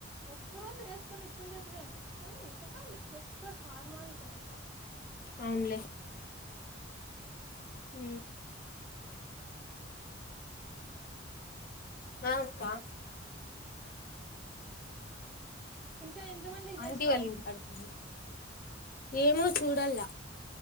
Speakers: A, in the centre; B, on the left.
A: ఒక్క రోజు వేసుకొని ఇప్పిండేటివే కానీ ఉతకాలి జస్ స్ట్ ఫార్మాలిటీ అంతె
B: అవునులే హు ఆ కా
A: ఇంకా ఎంత మందికి చేస్తావు
B: ఆంటీ వాళ్ళ ఇంటి కాడికి ఏమో చూడల్లా